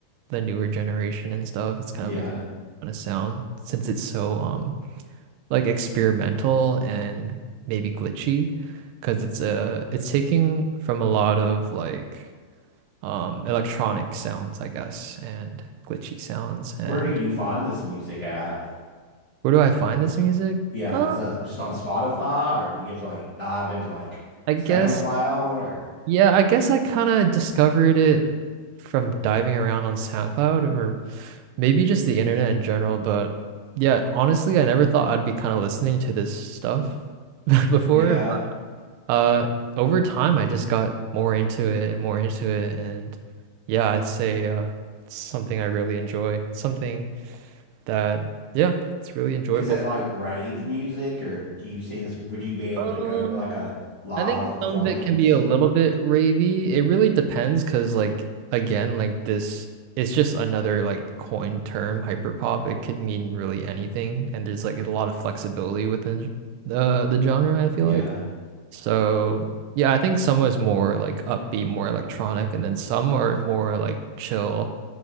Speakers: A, on the right; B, on the left.
A: the newer generation and stuff. It's kind
B: Yeah.
A: of like a, kind of sound since it's so um like experimental and maybe glitchy because it's uh it's taking from a lot of like um electronic sounds, I guess, and glitchy sounds. And
B: Where do you find this music at?
A: where do I find this music?
B: Yeah,
A: Uh,
B: is that just on Spotify or do you get to like dive into like
A: I
B: SoundCloud
A: guess
B: or
A: yeah, I guess I kind of discovered it from diving around on SoundCloud or maybe just the internet in general, but yeah, honestly, I never thought I'd be kind of listening to this stuff <laughs> before,
B: yeah.
A: Uh, over time, I just got more into it and more into it, and yeah, I'd say uh, it's something I really enjoy. Something that, yeah, it's really enjoyable
B: Is it
A: for
B: like
A: me.
B: rave music or do you see this? Would you be able
A: Um,
B: to go to like a live
A: I think
B: performance?
A: some of it can be a little bit ravey. It really depends, because like again, like this, it's just another like coined term, hyperpop. It could mean really anything, and there's like a lot of flexibility within the the genre, I feel
B: Yeah.
A: like. So yeah, I think some is more like upbeat, more electronic, and then some are more like chill,